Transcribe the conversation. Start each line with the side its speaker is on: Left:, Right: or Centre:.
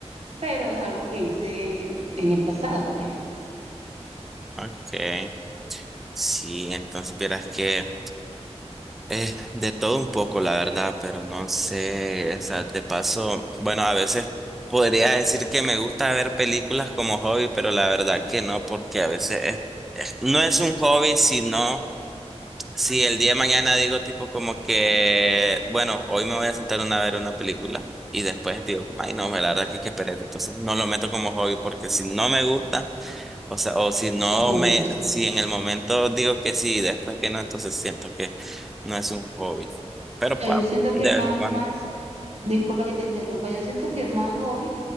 Right: pero es algo que hice en el pasado, pues.
Centre: okay Sí, entonces vieras que Eh, de todo un poco, la verdad, pero no sé, o sea, de paso, bueno, a veces podría decir que me gusta ver películas como hobby, pero la verdad que no, porque a veces es- es- no es un hobby, sino si el día de mañana digo tipo como que, bueno, hoy me voy a sentar una, a ver una película y después digo, ay no, la verdad que es que pereza, entonces no lo meto como hobby porque si no me gusta. O sea, o si no
Right: Entonces no
Centre: me,
Right: lo uso.
Centre: si en el momento digo que sí, después que no, entonces siento que no es un hobby. Pero pa,
Right: No, Yo siento
Centre: de
Right: que más,
Centre: vez en cuando.
Right: más, disculpa que te interrumpa, yo siento que más hobby